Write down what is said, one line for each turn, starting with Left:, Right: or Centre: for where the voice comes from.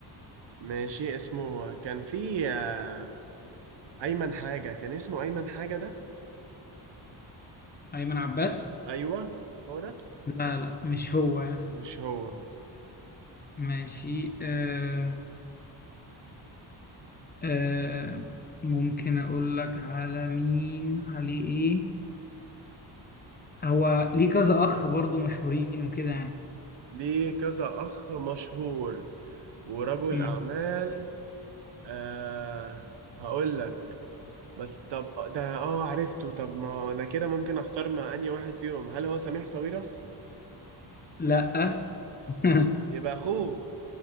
Right: ماشي اسمه كان في آه، ايمن حاجة كان اسمه ايمن حاجة ده
Left: أيمن عباس
Right: ايوه هو ده
Left: لا لا مش هو يعني
Right: مش هو
Left: ماشي آه آه ممكن اقول لك على مين عليه ايه هو ليه كذا اخ برضو مشهورين وكده يعني
Right: ليه كذا اخ مشهور ورجل
Left: مم.
Right: اعمال آه هقول لك بس طب آه، ده اه عرفته طب ما انا كده ممكن احتار مع انهي واحد فيهم هل هو سميح ساويرس
Left: لا <laughs>
Right: يبقى اخوه